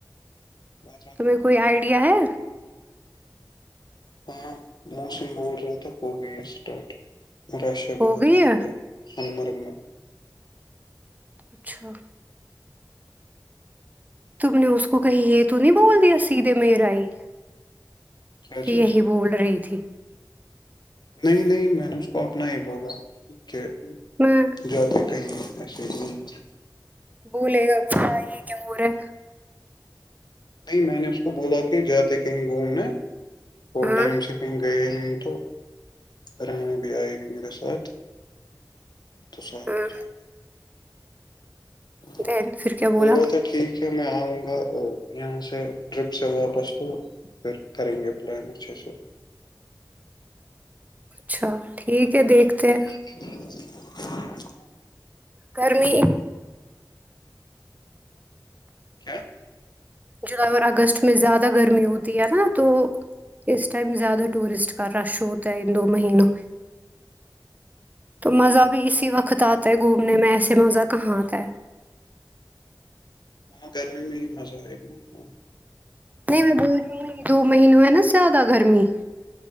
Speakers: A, on the left (about 65°); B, on the right (about 20°).
A: اچھا
B: تمہیں کوئی آئیڈیا ہے
A: ہاں <unintelligible> بول رہا تھا ہوگی اسٹارٹ رش ہے
B: ہو
A: بہت
B: گئی
A: یہاں
B: ہے
A: پر سونمرگ میں
B: اچھا تم نے اس کو کہیں یہ تو نہیں بول دیا سیدھے میرا ہی
A: کیا
B: کہ
A: چیز
B: یہی بول رہی تھی
A: نہیں نہیں میں نے اس کو اپنا ہی بولا کہ
B: میں
A: <unintelligible>
B: بولےگا <inaudible> یہ کیوں ہورہا ہے
A: نہیں میں نے اس کو بولا کہ جاتے کہیں گھومنے تھوڑے ٹائم
B: ہاں
A: سے کہیں گئے نہیں تو رہنا بھی آئے گی میرے ساتھ تو ساتھ
B: ہاں
A: میں جاینگے ہاں
B: دین پھر
A: تو
B: کیا بولا
A: کوئی بات نہیں ٹھیک پھر میں آؤں گا اور یہاں سے ٹرپ سے واپس تو پھر کریں گے پلان اچھے سے
B: اچھا ٹھیک ہے دیکھتے ہیں
A: <inaudible>
B: گرمی
A: کیا
B: جولائی اور اگست میں زیادہ گرمی ہوتی ہے نا تو اس ٹائم زیادہ ٹورسٹ کا رش ہوتا ہے ان دو مہینوں میں تو مزہ بھی اسی وقت آتا ہے گھومنے میں ایسے مزہ کہاں آتا ہے
A: ہاں گرمی میں ہی مزہ ہے <unintelligible>
B: نہیں میں بول رہی ہوں ان دو مہینوں ہے نا زیادہ گرمی